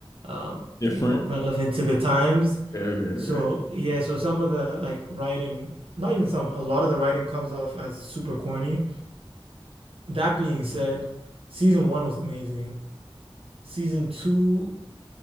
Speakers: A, on the right; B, on the left.
A: um,
B: Different?
A: you know, relevant to the times.
B: Okay, okay,
A: So,
B: okay.
A: yeah, so some of the like writing, not even some, a lot of the writing comes off as super corny. That being said, season one was amazing. Season two